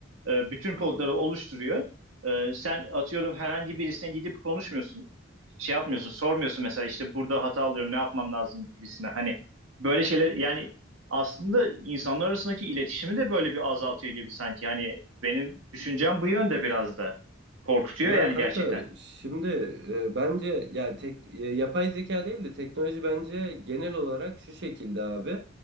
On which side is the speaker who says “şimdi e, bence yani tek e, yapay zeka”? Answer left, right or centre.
Right